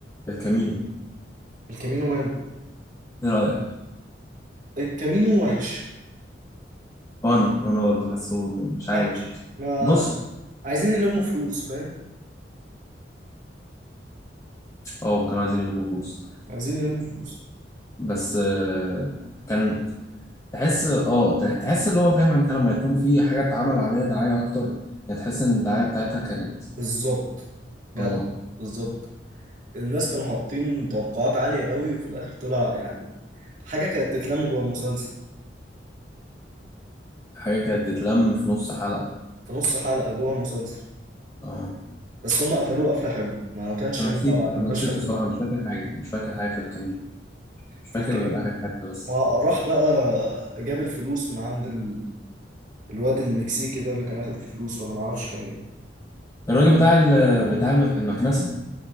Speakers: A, on the left (about 15°); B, on the right (about 45°).
A: الكامينو
B: الكامينو ماله
A: ايه رايك
B: الكامينو وحش
A: انا انا برضه حاسه مش عارف
B: وحش ما
A: بص
B: عايزين يلموا فلوس فاهم
A: اه كانوا عايزين يلموا فلوس
B: عايزين يلموا فلوس
A: وبس آه، كان تحس اه تح- تحس اللي هو فاهم انت لما يكون في حاجة اتعمل عليها دعاية اكتر يعني تحس ان الدعاية بتاعتها كانت
B: بالظبط جدع
A: اه
B: بالظبط الناس كانوا حاطين توقعات عالية قوي وفي الآخر طلع يعني حاجة كانت تتلم جوه المسلسل
A: حاجة كانت تتلم في نص حلقة
B: في نص حلقة جوه المسلسل
A: اه
B: بس هما قفلوه قفلة حلوة ما كانش
A: انا
B: ينفع
A: نسيته
B: بعد المشهد
A: انا نسيته الصراحة
B: بتاع
A: مش فاكر حاجة مش فاكر حاجة في الكمين مش
B: في
A: فاكر
B: الكمين
A: غير اخر حتة بس
B: راح بقى جاب الفلوس من عند ال... الواد المكسيكي ده اللي كان اخد الفلوس ولا ما اعرفش كان ايه
A: الراجل بتاع ال... بتاع المك... المكنسة